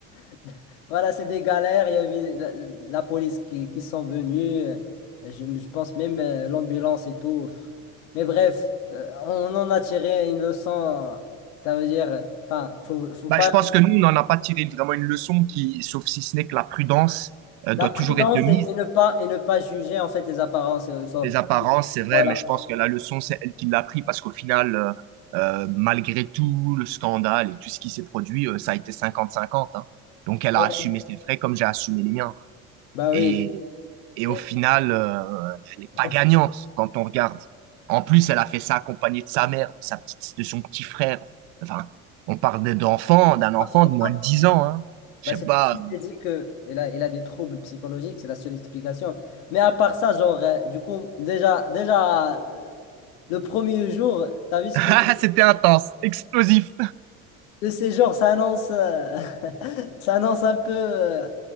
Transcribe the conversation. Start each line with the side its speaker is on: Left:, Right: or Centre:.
Left: <laughs> voilà, c'est des galères, il y avait la, la police qui, qui sont venus, euh, je, je pense même euh, l'ambulance et tout. Mais bref, euh, on en a tiré une leçon, ça veut dire, enfin, faut, faut
Right: bah,
Left: pas
Right: je pense que nous, on n'en a pas tiré vraiment une leçon qui, sauf si ce n'est que la prudence, euh,
Left: La
Right: doit
Left: prudence
Right: toujours être de mise.
Left: et et ne pas, et ne pas juger en fait les apparences. euh, Il faut...
Right: les apparences, c'est vrai,
Left: Voilà.
Right: mais je pense que la leçon, c'est elle qui l'a pris parce qu'au final, euh, euh, malgré tout le scandale et tout ce qui s'est produit, euh, ça a été 50-50, hein. Donc, elle
Left: Ah
Right: a
Left: oui.
Right: assumé ses frais comme j'ai assumé les miens.
Left: Bah
Right: Et,
Left: oui.
Right: et
Left: Et-
Right: au final, euh, elle n'est
Left: <laughs>
Right: pas gagnante quand on regarde. En plus, elle a fait ça accompagnée de sa mère, de sa petite, de son petit frère. Enfin, on parle d'enfant, d'un enfant
Left: Ah, c'est pour
Right: de moins
Left: ça.
Right: de dix ans, hein. Je
Left: Bah,
Right: sais
Left: c'est
Right: pas.
Left: pour ça que je t'ai dit que il a, il a des troubles psychologiques, c'est la seule explication. Mais à part ça, genre, euh, du coup, déjà, déjà, euh, le premier jour, t'as vu ce
Right: <laughs>
Left: que
Right: C'était intense, explosif,
Left: le séjour, ça annonce, euh, <laughs> ça annonce un peu euh,